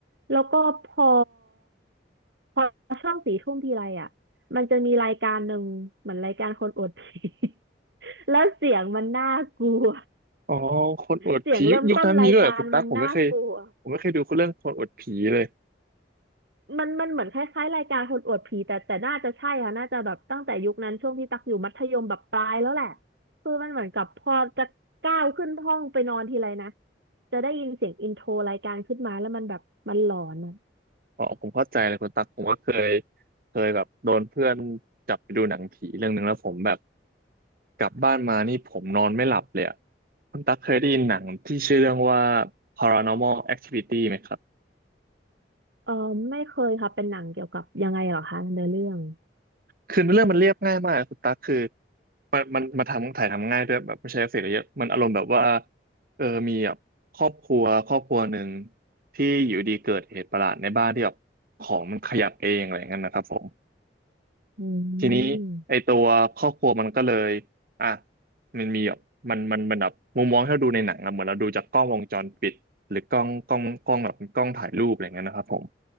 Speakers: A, on the right (about 75°); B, on the right (about 50°).
A: แล้วก็พอพอช่องสี่ทุ่มทีไรอ่ะมันจะมีรายการหนึ่งเหมือนรายการคนอวดผี <laughs> แล้วเสียงมันน่ากลัว
B: อ๋อคนอวดผียุคยุคนั้นมีด้วยเหรอคุณตักผมไม่เคย
A: เสียงเริ่มต้นรายการมันน่ากลัว
B: ผมไม่เคยดูเรื่องคนอวดผีเลย
A: มันมันเหมือนคล้ายๆรายการคนอวดผีแต่แต่น่าจะใช่ค่ะน่าจะแบบตั้งแต่ยุคนั้นช่วงที่ตักอยู่มัธยมแบบปลายแล้วแหละคือมันเหมือนกับพอจะก้าวขึ้นห้องไปนอนทีไรนะจะได้ยินเสียงอินโทรรายการขึ้นมาแล้วมันแบบมันหลอนอะ
B: อ๋อผมเข้าใจเลยคุณตั๊กผมก็เคยเคยแบบโดนเพื่อนจับไปดูหนังผีเรื่องหนึ่งแล้วผมแบบกลับบ้านมานี่ผมนอนไม่หลับเลยอะคุณตั๊กเคยได้ยินหนังที่ชื่อเรื่องว่า Paranormal Activity ไหมครับ
A: เออไม่เคยค่ะเป็นหนังเกี่ยวกับยังไงเหรอคะในอเรื่อง
B: คือเรื่องมันเรียบง่ายมากคุณตั๊กคือมันมันมาทำถ่ายทำง่ายด้วยแบบไม่ใช้เอฟเฟกต์อะไรเยอะมันอารมณ์แบบว่าเออมีแบบครอบครัวครอบครัวหนึ่งที่อยู่ดีเกิดเหตุประหลาดในบ้านที่แบบของมันขยับเองอะไรอย่างนั้นนะครับผม
A: อื
B: ทีนี้ไอตัวครอบครัวมันก็เลย
A: ม
B: อ่ะมันมีแบบมันมันมันแบบมุมมองที่เราดูในหนังอะเหมือนเราดูจากกล้องวงจรปิดหรือกล้องกล้องกล้องแบบกล้องถ่ายรูปอะไรเงี้ยนะครับผม